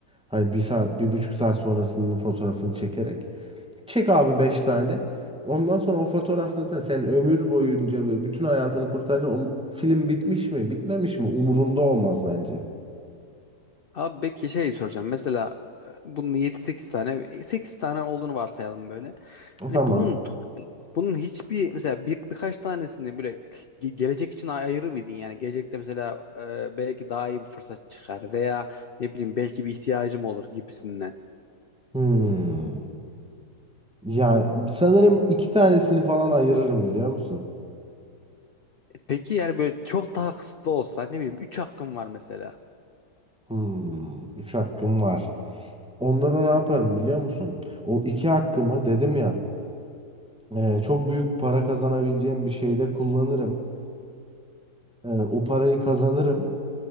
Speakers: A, in the centre; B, on the left.
A: Hani bir saat, bir buçuk saat sonrasının fotoğrafını çekerek. Çek abi 5 tane. Ondan sonra o fotoğraf zaten senin ömür boyunca böyle bütün hayatını kurtarır. O film bitmiş mi, bitmemiş mi? Umurunda olmaz bence.
B: Abi peki şey soracağım mesela e, bunun yedi sekiz tane e, 8 tane olduğunu varsayalım böyle.
A: Tamam.
B: Hani bunun bunun hiçbir mesela bir, birkaç tanesini böyle ge- gelecek için ayırır mıydın yani gelecekte mesela e, belki daha iyi bir fırsat çıkar veya ne bileyim belki bir ihtiyacım olur gibisinden.
A: Hmm. Ya sanırım iki tanesini falan ayırırım biliyor musun?
B: Peki yani böyle çok daha kısıtlı olsa ne bileyim 3 hakkım var mesela.
A: Hmm, üç hakkım var. Onda da ne yaparım biliyor musun? O iki hakkımı dedim ya e, çok büyük para kazanabileceğim bir şeyde kullanırım. E, o parayı kazanırım.